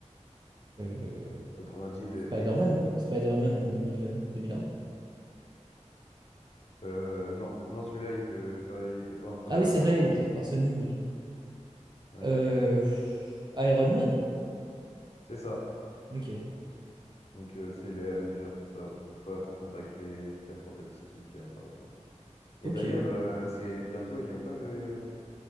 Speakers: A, on the right; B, on the left.
A: Euh,
B: Autrement dit, le
A: Spider-Man,
B: MCU.
A: non? Spider-Man en 2000, euh, 2001.
B: Euh, non, non, celui-là, il fait pas, il était pas encore...
A: Ah oui,
B: euh,
A: c'est vrai, il était fait par Sony, lui.
B: ouais.
A: Euh, Iron Man.
B: C'est ça.
A: Ok,
B: Donc, euh, c'est les Avengers, tout ça. Bon, faut pas confondre avec les Quatre Fantastiques, euh, par exemple. Et
A: ok.
B: d'ailleurs, euh, c'est bientôt, il n'y a pas le...